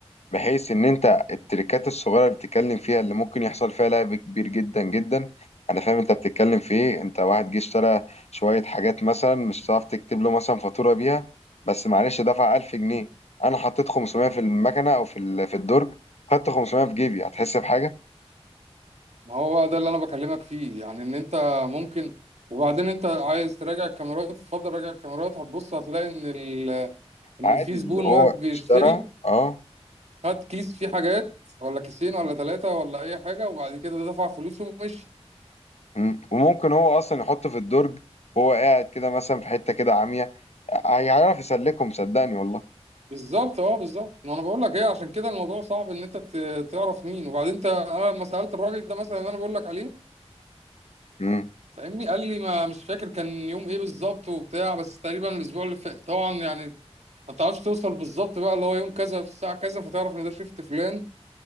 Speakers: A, on the left; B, on the right.
A: بحيث ان انت التريكات الصغيره اللي بتتكلم فيها اللي ممكن يحصل فيها لعب كبير جدا جدا انا فاهم انت بتتكلم في ايه انت واحد جه اشترى شويه حاجات مثلا مش هتعرف تكتب له مثلا فاتوره بيها بس معلش دفع 1000 جنيه انا حطيت 500 في المكنه او في ال- في الدرج خدت 500 في جيبي هتحس بحاجه
B: ما هو بقى ده اللي انا بكلمك فيه يعني ان انت ممكن وبعدين انت عايز تراجع الكاميرات تفضل راجع الكاميرات هتبص هتلاقي ان ال... ان
A: عادي
B: في
A: اللي
B: زبون
A: هو
B: واقف بيشتري
A: اشترى اه
B: هات كيس فيه حاجات ولا كيسين ولا ثلاثة ولا اي حاجة وبعد كده دفع فلوسه ومشي
A: مم. وممكن هو اصلا يحط في الدرج وهو قاعد كده مثلا في حته كده عاميه هيعرف يسلكهم صدقني والله
B: بالظبط اه بالظبط ما انا بقول لك ايه عشان كده الموضوع صعب ان انت ت- تعرف مين وبعدين انت انا لما سالت الراجل ده مثلا اللي انا بقول لك عليه
A: مم.
B: فاهمني قال لي ما مش فاكر كان يوم ايه بالظبط وبتاع بس تقريبا الاسبوع اللي فات طبعا يعني ما تعرفش توصل بالظبط بقى اللي هو يوم كذا في الساعه كذا فتعرف ان ده شيفت فلان